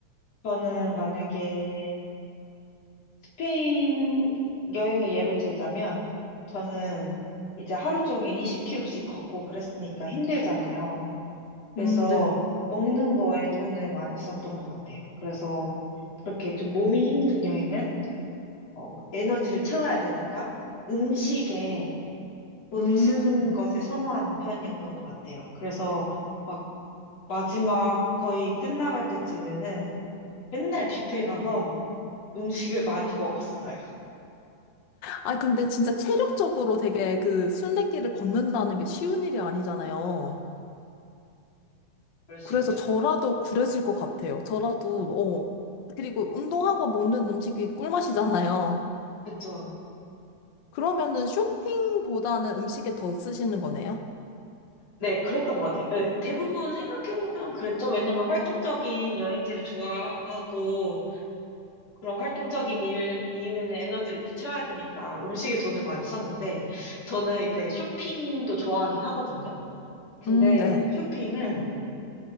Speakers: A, on the left; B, on the left.
A: 저는 만약에 스페인 여행을 예로 들자면, 저는 이제 하루 종일 20km씩 걷고 그랬으니까 힘들잖아요. 그래서
B: 음, 네.
A: 먹는 거에 돈을 많이 썼던 것 같아요. 그래서 그렇게 좀 몸이 힘든 여행은, 어, 에너지를 채워야 되니까 음식에 돈을
B: 음.
A: 쓰는 것을 선호하는 편이었던 것 같아요. 그래서 막 마지막 거의 끝나갈 때쯤에는 맨날 뷔페 가서 음식을 많이 먹었어요.
B: 아, 근데 진짜 체력적으로 되게 그 순례길을 걷는다는 게 쉬운 일이 아니잖아요.
A: 그럴 수
B: 그래서
A: 있죠.
B: 저라도 그랬을 것 같아요. 저라도, 어. 그리고 운동하고 먹는 음식이 꿀맛이잖아요.
A: 그쵸.
B: 그러면은 쇼핑보다는 음식에 더 쓰시는 거네요?
A: 네, 그랬던 것 같아요. 네, 대부분 생각해보면 그랬죠. 왜냐면 활동적인 여행지를 좋아하고, 그런 활동적인 일 이후에는 에너지를 또 채워야 되니까 음식에 돈을 많이 썼는데, 저는 이제 쇼핑도 좋아하긴 하거든요. 근데
B: 음, 네.
A: 쇼핑은